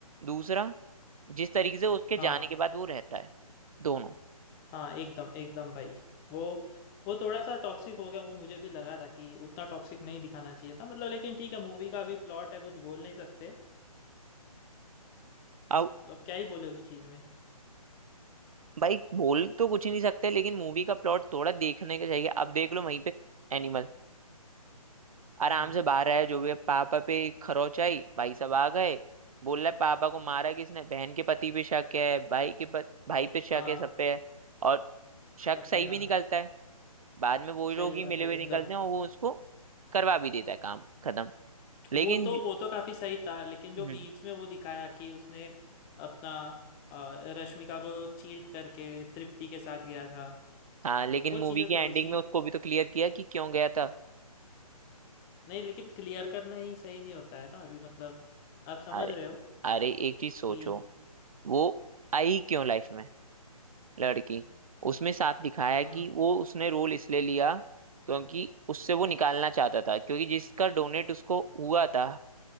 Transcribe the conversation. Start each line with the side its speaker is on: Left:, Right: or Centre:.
Right: दूसरा जिस तरीके
Left: स-
Right: से उसके
Left: हाँ
Right: जाने के बाद वो रहता है दोनों
Left: हाँ एकदम एकदम भाई वो वो थोड़ा सा टॉक्सिक हो गया वो मुझे भी लगा था कि उतना टॉक्सिक नहीं दिखाना चाहिए था मतलब लेकिन ठीक है मूवी का अभी प्लॉट है कुछ बोल नहीं सकते
Right: अब
Left: अब क्या ही बोले उस चीज़ में
Right: भाई बोल तो कुछ ही नहीं सकते लेकिन मूवी का प्लॉट थोड़ा देखने का चाहिए अब देख लो वहीं पे एनिमल आराम
Left: हम्म
Right: से बाहर आया जो भी है पापा पे खरोच आई भाई साहब आ गए बोल रहा है पापा को मारा किसने बहन के पति पे शक है भाई के पत, भाई पे शक
Left: हाँ
Right: है सब पे है और शक
Left: सब
Right: सही
Left: पे हाँ
Right: भी निकलता है बाद में वो लोग
Left: सही
Right: ही
Left: बात
Right: मिले
Left: है
Right: हुए
Left: एकदम
Right: निकलते हैं और वो उसको करवा भी देता है काम खत्म लेकिन
Left: वो तो वो तो काफी सही था लेकिन जो
Right: हम्म,
Left: बीच में वो दिखाया कि उसने अपना अ, रश्मिका को चीट करके तृप्ति के साथ गया था
Right: हाँ लेकिन
Left: वो
Right: मूवी
Left: चीज़ें
Right: की एंडिंग
Left: थोड़ी सी
Right: में उसको भी तो क्लियर किया कि क्यों गया था
Left: नहीं लेकिन क्लियर करना ही सही नहीं होता है ना अभी मतलब आप समझ
Right: अरे
Left: रहे हो
Right: अरे एक चीज सोचो
Left: कि
Right: वो आई क्यों लाइफ में लड़की उसमें साफ दिखाया है
Left: हम्म
Right: कि वो उसने रोल इसलिए लिया क्योंकि उससे वो निकालना चाहता था क्योंकि जिसका डोनेट उसको हुआ था